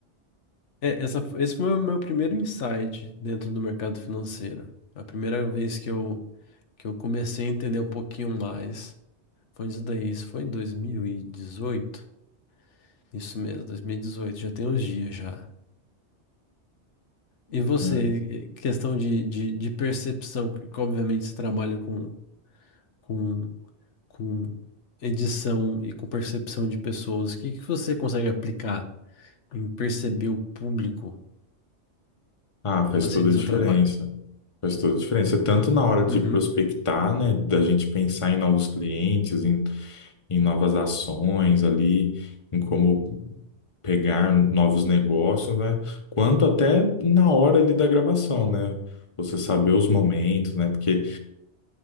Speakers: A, on the left (about 85°); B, on the left (about 30°).
A: É, essa, esse foi o meu primeiro insight dentro do mercado financeiro. A primeira vez que eu, que eu comecei a entender um pouquinho mais foi isso daí. Isso foi em 2018, Isso mesmo, 2018, já tem uns dias já. E você,
B: né?
A: eh, questão de, de, de percepção, que obviamente você trabalha com, com, com edição e com percepção de pessoas, o que, que você consegue aplicar em perceber o público
B: Ah, faz
A: assim
B: toda
A: no seu
B: a diferença.
A: trabalho?
B: Faz toda a diferença, tanto na hora de
A: Uhum,
B: prospectar, né? Da gente pensar em novos clientes, em, em novas ações ali em como pegar novos negócios, né? Quanto até na hora ali da gravação, né? Você saber os momentos, né? Porque